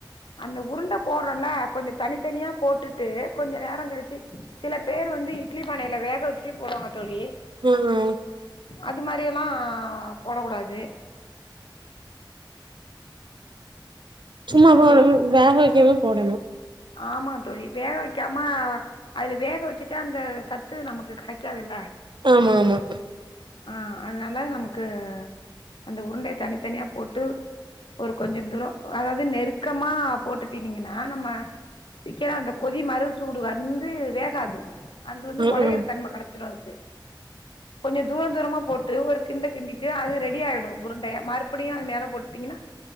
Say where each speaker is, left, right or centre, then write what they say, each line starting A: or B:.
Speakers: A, on the left; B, on the right.
A: அந்த உருண்ட போடுறல்ல கொஞ்சம் தனித்தனியா போட்டுட்டு கொஞ்சம் நேரம் கழிச்சி சில பேர் வந்து இட்லி பானையில வேக வச்சி போடுவாங்க தோழி
B: ஆ ஆ
A: அது மாரி எல்லாம் போடக் கூடாது
B: சும்மா வா
A: அந்த
B: வேக வக்கனும் போடணும்
A: ஆமா தோழி வேக வக்காம அதுல வேக வச்சுட்டா அந்த சத்து நமக்கு கெடை க்காதுல
B: ஆமா ஆமா
A: ஆஹ் அதனால நமக்கு அந்த உருண்டை தனித்தனியா போட்டு ஒரு கொஞ்சம் தூரம் அதாவது நெருக்கமா போட்டுட்டனீங்கன்னா நம்ம சீக்கிரம் அந்த கொதி மரு சூடு வந்து வேகாது அது வந்து
B: ம்
A: உடையிற
B: ம்
A: தன்மை கிடச்சிடும் அது கொஞ்சம் தூரம் தூரமா போட்டு ஒரு கிண்டு கிண்டிட்டு அது ரெடி ஆயிடும் உருண்டைய மறுபடியும் அது மேல போட்டீங்கன்னா